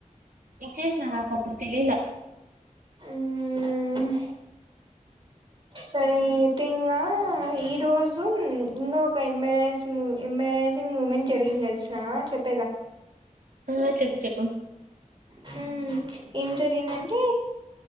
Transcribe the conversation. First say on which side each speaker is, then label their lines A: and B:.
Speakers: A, on the right; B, on the right.
A: ఇచ్చేశ్నా నాకప్పుడు తెలీలా
B: ఉమ్మ్ సరేతీంగా అ ఈ రోజు ఇంగొ ఒక ఎంబాడైన్స్ ము ఎంబడైసింగ్ మూమెంట్ జరిగింది తెల్స్నా చెప్
A: ఆ చెప్పు చెప్పు
B: హ్మ్ ఏం జరిగిందంటే